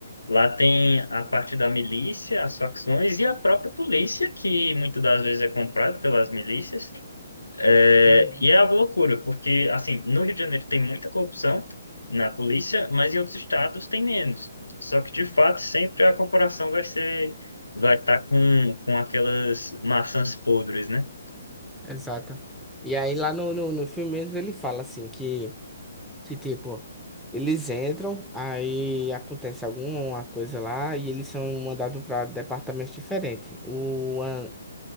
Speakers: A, on the left; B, in the centre.
A: Lá tem a parte da milícia, as facções e a própria polícia, que muitas das vezes é comprada pelas milícias. É,
B: Uhum.
A: e é uma loucura, porque, assim, no Rio de Janeiro tem muita corrupção na polícia, mas em outros estados tem menos. Só que, de fato, sempre a corporação vai ser, vai estar com, com aquelas maçãs podres, né?
B: Exato. E aí lá no, no, no filme mesmo ele fala assim que, que tipo, eles entram, aí acontece alguma coisa lá e eles são mandados para departamentos diferentes. O, An-